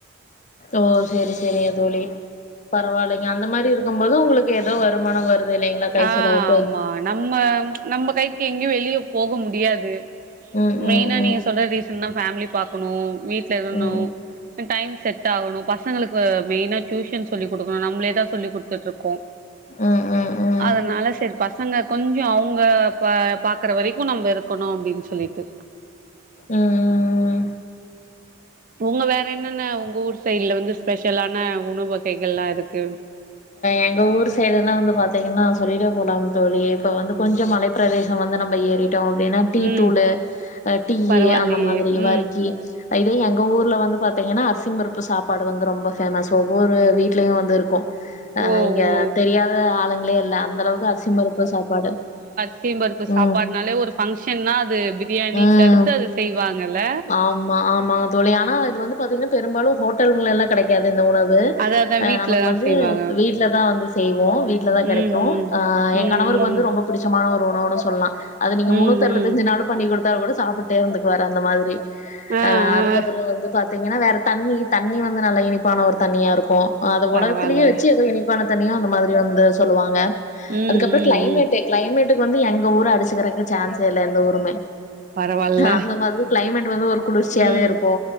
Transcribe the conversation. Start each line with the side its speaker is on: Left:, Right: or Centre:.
Left: ஓ சேரி சேரிங்க தோழி பரவாயில்லைங்க அந்த மாரி இருக்கும் போது உங்களுக்கு ஏதோ வருமானோ வருது இல்லைங்களா கை
Right: ஆ
Left: செலவுக்கு
Right: ஆமா நம்ம நம்ம கைக்கு எங்கையு வெளியே போக முடியாது
Left: ம்
Right: மெயினா
Left: ம் ம்
Right: நீங்க
Left: ம்
Right: சொன்ன சொல்ல ரிசான்னா பேமிலி பாக்னு வீட்ல இருகுனு
Left: ம்
Right: டைம் செட்டா ஆகணு செட் பசங்களுக்கு மெயினா டியூஷன் சொல்லி கொடுக்கணு நம்மளேதா சொல்லி் கொடுத்துட்ருக்கோ
Left: ம் ம் ம்
Right: அதனால சேரி பசங்க கொஞ்சோ அவ்ங்க பாக்குற வரைக்கு நம்ப இருக்கணு அப்டின்னு சொல்லிட்டு
Left: ஆஆஆ
Right: ஒங்க வேற என்னன்ன உங்க ஊர் சைட்ல வந்து ஸ்பெஷலான உணவு வகைகள் ல் லா இருக்கு
Left: எங்க ஊர் சைடு எல்லா வந்து பாத்தீங்கன்னா சொல்லிட்டே போலாம் தோழி இப்ப வந்து கொஞ்சம் மலை ப்ரதே வந்து நம்ம ஏறிடோ அப்டின்னா டீ
Right: ம்
Left: தூளு டீ
Right: பரவாயில்லையே
Left: அந்த மாதிரி வறுக்கி
Right: ம்
Left: இதே எங்க ஊர்ல வந்து பாத்தீங்கன்னா அரிசி பருப்பு சாப்பாடு வந்து ரொம்ப பேமஸ் ஒவ்வொரு வீட்லையு வந்து இருக்கு அ
Right: ஓ
Left: இங்க
Right: ஓ
Left: தெரியாத ஆளுங்களே இல்ல அந்தளவுக்கு அரிசி பருப்பு சாப்பாடு
Right: சியு பருப்பு
Left: ம்
Right: சாப்பாடு னாலே ஒரு ஃபங்க்ஷ்ன்னா அது பிரியாணிக்கு
Left: ம்
Right: அடுத்து அது செய்வாங்கல
Left: ஆமா ஆமாங்க தோழி ஆனா இது வந்து பாத்தீங்கன்னா பெரும்பாலு ஹோட்டல்கலெல்லா கெடைக்காது இந்த உணவு
Right: அத அதா
Left: ஆ
Right: வீட்லதா
Left: நமக்கு வந்து
Right: செய்வாங்க
Left: வீட்ல தா வந்து செய்வோ வீட்லதா கெடைக்கு
Right: ம்
Left: ஆ எ
Right: ம்
Left: கணவருக்கு வந்து
Right: ம்
Left: ரொம்ப புடிச்சமான ஒரு உணவு ன்னு சொல்லா அது நீ ங்க
Right: ம் ம்
Left: முன்னூத் அறுவத்தஞ்சு
Right: ம்
Left: நாளு பண்ணி கொடுத்தாலு கூட சாப்ட்டே இருந்துக்குவாரு அந்த மாதிரி
Right: ஆ
Left: அ அதுக்கு
Right: ஆ
Left: அப்புறோ வந்து பாத் ஏன்னா வேற தண்ணி தண்ணி வந்து நல்லா இனிப்பான ஒரு தண்ணியா இருக்கு அது
Right: பரவால்ல
Left: உலகத்திலேயே ச்சி எது இனிப்பான தண்ணியோ அந்த மாதிரி வந்து சொல்லுவாங்க
Right: ம்
Left: அதுக்கப்புரோ
Right: ம்
Left: கிளைமேட்டு
Right: ம்
Left: கிளைமேட்டுக்கு வந்து எங்க ஊரு அடிச்சிகிறக்கு சான்ஸே இல்ல எந்த ஊருமே
Right: பரவால்ல
Left: அந்த மாதிரி க்ளைமேட் வந்து ஒரு குளிர்ச்சியாவே
Right: ம்
Left: இருக்கு